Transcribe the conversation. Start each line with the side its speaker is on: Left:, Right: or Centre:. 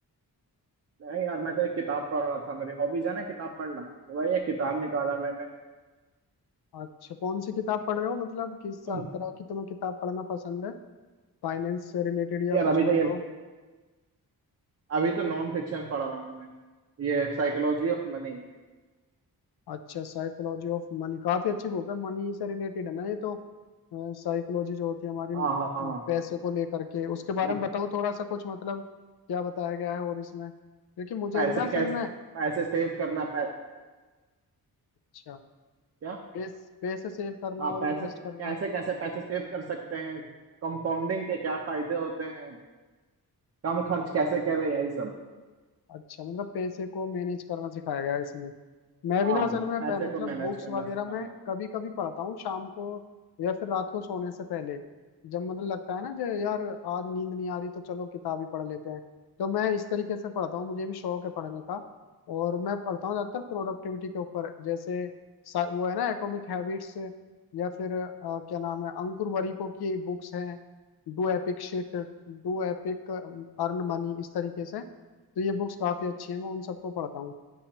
Right: नहीं यार मैं तो एक किताब पढ़ रहा था मेरी हॉबीज है ना किताब पढ़ना तो वही एक किताब निकाला मैंने
Left: अच्छा कौन सी किताब पढ़ रहे हो मतलब किस
Right: अम,
Left: तरह की तुम्हें किताब पढ़ना पसंद है फाइनेंस से रिलेटेड या
Right: यार
Left: कुछ
Right: अभी
Left: बताओ
Right: तो ये अभी तो नॉन फिक्शन पढ़ रहा हूँ मैं ये साइकोलॉजी ऑफ मनी
Left: अच्छा साइकोलॉजी ऑफ मनी काफी अच्छी बुक है मनी से रिलेटेड है ना ये तो साइकोलॉजी जो होती है हमारी
Right: हाँ
Left: अ,
Right: हाँ हाँ
Left: पैसे को लेकर के उसके बारे
Right: लाइक
Left: में बताओ थोड़ा सा कुछ मतलब क्या बताया गया है और इसमें क्योंकि मुझे
Right: पैसे
Left: भी ना असल
Right: कैसे
Left: में
Right: पैसे सेव करना पै,
Left: अच्छा
Right: क्या
Left: पैस पैसे सेव करना
Right: हाँ
Left: और
Right: पैसे
Left: इन्वेस्ट
Right: कैसे
Left: करना
Right: कैसे पैसे सेव कर सकते हैं कंपाउंडिंग के क्या फायदे होते हैं कम खर्च कैसे करें यही सब
Left: अच्छा मतलब पैसे को मैनेज करना सिखाया गया है इसमें मैं
Right: हाँ
Left: भी ना असल में
Right: पैसे
Left: प- मतलब
Right: को मैनेज
Left: बुक्स
Right: करना
Left: वगैरह
Right: सिखाना
Left: मैं कभी कभी पढ़ता हूँ शाम को या फिर रात को सोने से पहले जब मतलब लगता है ना जो यार आज नींद नहीं आ रही तो चलो किताब ही पढ़ लेते हैं तो मैं इस तरीके से पढ़ता हूँ मुझे भी शौक है पढ़ने का और मैं पढ़ता हूँ ज्यादातर प्रोडक्टिविटी के ऊपर जैसे सा- वो है ना एटॉमिक हैबिट्स या फिर अ, क्या नाम है अंकुर वरीको की बुक्स हैं Do epic shit do epic earn money इस तरीके से तो ये बुक्स काफी अच्छी हैं मैं उन सबको पढ़ता हूँ